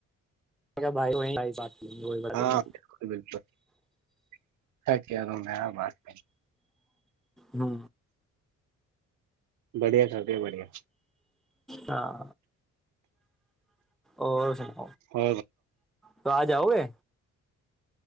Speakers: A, in the centre; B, on the right (about 70°).
A: بھائی وہ بات لیں گے وہی بات
B: ہاں
A: لیں گے
B: بالکل بالکل کیا میں بات کر
A: نو
B: بڑھیا کردے بڑھیا
A: ہاں اور سنا
B: ہو
A: تو آ جاؤ گے